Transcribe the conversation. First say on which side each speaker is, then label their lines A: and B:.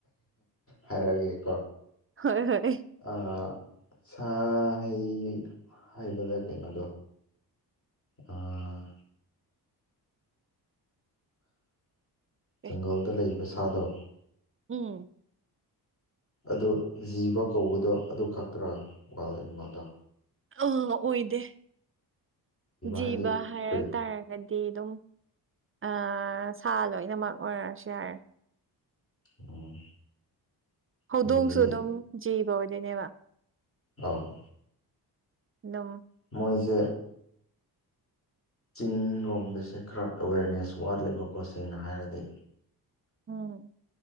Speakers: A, on the left; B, on the right.
A: ꯍꯥꯏꯔꯒꯦꯀꯣ
B: ꯍꯣꯏ ꯍꯣꯏ
A: ꯑ ꯁꯥ ꯍꯩ ꯍꯥꯏꯕꯗ ꯀꯩꯅꯣꯗꯣ
B: <inaudible>
A: ꯑꯥ
B: ꯑꯦ
A: ꯖꯪꯒꯜꯗ ꯂꯩꯕ ꯁꯥꯗꯣ
B: ꯎꯝ
A: ꯑꯗꯨ ꯖꯤꯕ ꯀꯧꯕꯗꯣ ꯑꯗꯨ ꯈꯛꯇ꯭ꯔꯥ ꯋꯥꯏꯜ ꯑꯦꯅꯤꯃꯦꯜꯗꯣ
B: ꯑꯥ ꯑꯣꯏꯗꯦ ꯖꯤꯕ
A: ꯍꯥꯏꯗꯤ
B: ꯍꯥꯏꯔꯛ
A: ꯀꯔꯤ
B: ꯇꯥꯔꯒꯠ ꯗꯤꯗꯨꯝ ꯑ ꯁꯥ ꯂꯣꯏꯅꯃꯛ ꯑꯣꯏꯔꯛꯑꯁꯨ ꯌꯥꯔꯦ
A: ꯎꯝ
B: ꯍꯧꯗꯣꯡꯁꯨ
A: ꯑꯗꯨꯗꯤ
B: ꯑꯗꯨꯝ ꯖꯤꯕ ꯑꯣꯏꯗꯣꯏꯅꯦꯕ
A: ꯑꯥꯎ
B: ꯗꯨꯝ
A: ꯃꯣꯏꯁꯦ ꯆꯤꯡꯔꯣꯝꯗꯁꯦ ꯈꯔ ꯑꯦꯋꯦꯔꯅꯦꯁ ꯋꯥꯠꯂꯦꯕꯀꯣ ꯁꯦꯡꯅ ꯍꯥꯏꯔꯗꯤ
B: ꯎꯝ